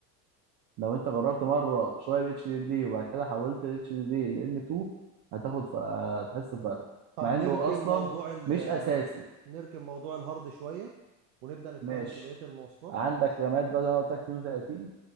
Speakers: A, on the right; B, on the right.
A: لو انت جربت مره شويه ب اتش دي دي وبعد كده حولت ال اتش دي دي ل ام 2 هتاخد ف- هتحس بفرق
B: طب
A: مع انه
B: نركن
A: اصلا
B: موضوع ال
A: مش اساسي
B: نركن موضوع الهارد شوية ونبدأ نتكلم
A: ماشي
B: في بقية المواصفات
A: عندك رامات بقى زي ما قلت لك 32